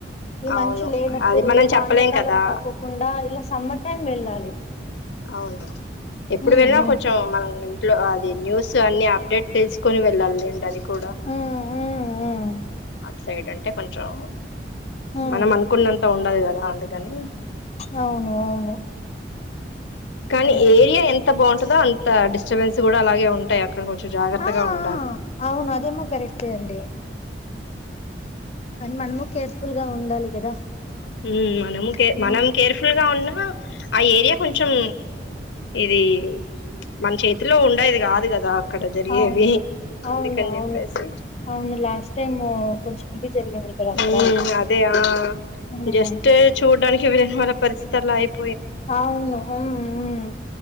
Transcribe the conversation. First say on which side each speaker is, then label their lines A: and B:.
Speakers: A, on the left; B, on the left.
A: ఈ
B: అవును
A: మంచు లేనప్పుడు
B: అది మనం
A: వానల
B: చెప్పలేం
A: కాలం
B: కదా
A: కాకోకుండా ఇలా సమ్మర్ టైం వెళ్ళాలి
B: అవును ఎప్పుడు
A: ఉమ్
B: వెళినా
A: ఉమ్
B: కొంచెం మనం లో అది న్యూస్ అన్ని అప్డేట్ తెలుసుకొని వెళ్ళాలేండి అది కూడా
A: ఉమ్ ఉమ్ ఉమ్
B: ఇటు సైడ్ అంటే కొంచెం.
A: ఉమ్
B: మనం అనుకున్న ఉండది కదా అందుకని
A: అవును అవును
B: కానీ
A: హలో
B: ఏరియా ఎంత బాగుంట దొ అంత డిస్టబెన్స్ కూడా అలాగే ఉంటాయి. అక్కడ కొంచెం జాగ్రత్తగా
A: ఆ
B: ఉండాలి
A: ఆ అవును అదేమో కరెక్టే అండి. కానీ మనము కేర్ఫుల్ గా ఉండాలి కదా.
B: ఉమ్ మనము కే
A: ఉమ్
B: మనం కేర్ఫుల్ గా ఉన్న ఆ ఏరియా కొంచం. ఇది మన చేతిలో ఉండేది కాదు కదా. అక్కడ జరిగేవి
A: అవును
B: అందుకని
A: అవును అవును
B: చెప్పేసి
A: అవును లాస్ట్ టైమ్ కొంచెం ఇది జరిగింది. కదా అక్కడ
B: ఉమ్, అదే ఆ
A: ఉమ్
B: జస్ట్ చూడడానికి వెళ్లిన వాళ్ళ పరిస్థితి. ల <unintelligible>
A: అవును ఉమ్ ఉమ్